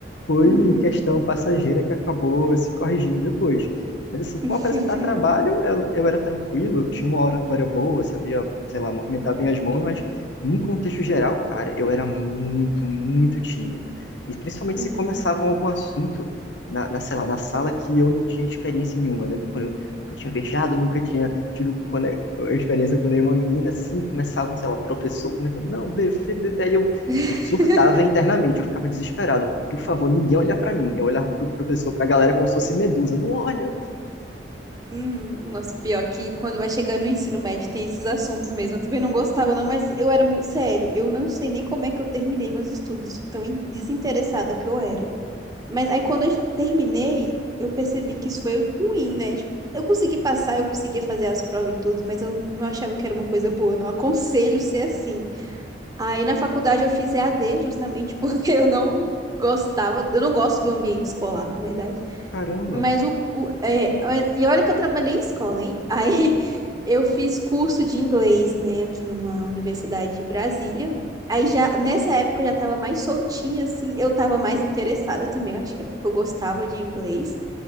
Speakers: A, on the left; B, on the right.
A: foi
B: Uhum.
A: questão passageira que acabou se corrigindo depois. Mas assim, com
B: <laughs>
A: apresentar trabalho, eu, eu era tranquilo, eu tinha uma oratória boa, sabia, sei lá, movimentar bem as mãos, mas num contexto geral, cara, eu era muito, muito tímido. E principalmente
B: Uhum.
A: se começavam algum assunto na, na, sei lá, na sala que eu não tinha experiência nenhuma. Eu lembro quando eu nunca tinha beijado, nunca tinha tido cone- experiência com nenhuma menina, assim, começavam, sei lá, professor comentando, não, bebê, bebê, aí eu,
B: <laughs>
A: eu surtava internamente, eu ficava desesperado. Por favor, ninguém olha pra mim. Eu olhava pro professor, pra galera como se fosse medusa. Não olha,
B: Hum, nossa, pior é que quando vai chegando no ensino médio tem esses assuntos mesmo. Eu também não gostava, não, mas eu era muito sério. Eu não sei nem como é que eu terminei meus estudos, de tão in- desinteressada que eu era. Mas aí quando eu j- terminei, eu percebi que isso foi ruim, né? Tipo, eu consegui passar, eu conseguia fazer as provas e tudo, mas eu não achava que era uma coisa boa. Eu Não aconselho ser assim. Aí na faculdade eu fiz E a d justamente <laughs> porque eu não gostava, eu não gosto do ambiente escolar, na verdade.
A: Caramba,
B: Mas o, o é, mas- e olha que eu trabalhei em escola, hein? Aí <laughs> eu fiz curso de inglês, né, aqui numa universidade de Brasília. Aí já nessa época eu já tava mais soltinha assim, eu tava mais interessada também, eu acho que é porque eu gostava de inglês.